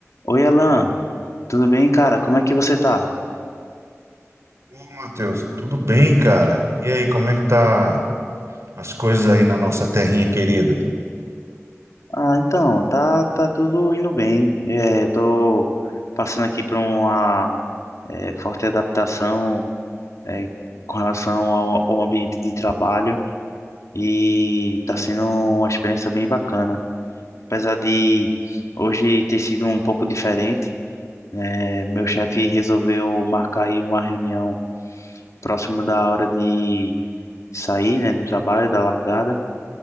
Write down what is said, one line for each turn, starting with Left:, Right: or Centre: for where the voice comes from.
Left: Oi, Alan, tudo bem, cara? Como é que você tá?
Right: Ô, Matheus, tudo bem, cara? E aí, como é que tá as coisas aí na nossa terrinha querida?
Left: Ah, então, tá, tá tudo indo bem. É, tô passando aqui por uma é, forte adaptação é, com relação ao, ao ambiente de trabalho e tá sendo uma experiência bem bacana. Apesar de hoje ter sido um pouco diferente, né, meu chefe resolveu marcar aí uma reunião próximo da hora de sair, né, do trabalho, da largada.